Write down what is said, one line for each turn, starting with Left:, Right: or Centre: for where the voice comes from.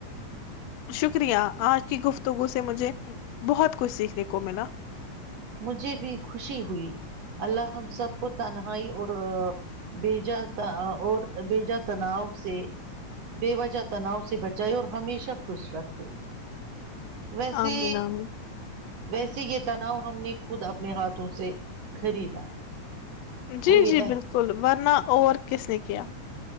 Left: شکریہ آج کی گفتگو سے مجھے بہت کچھ سیکھنے کو ملا
Right: مجھے بھی خوشی ہوئی اللہ ہم سب کو تنہائی اور بجا اور بیےجا تناؤ سے بے وجہ تناؤ سے بچائے اور ہمیشہ خوش رکھے ویسے
Left: آمین آمین
Right: ویسے یہ <unintelligible> ہم نے خود اپنے ہاتھوں سے خریدا
Left: جی
Right: کوئی
Left: جی
Right: ایس-
Left: بالکل ورنہ اور کس نے کیا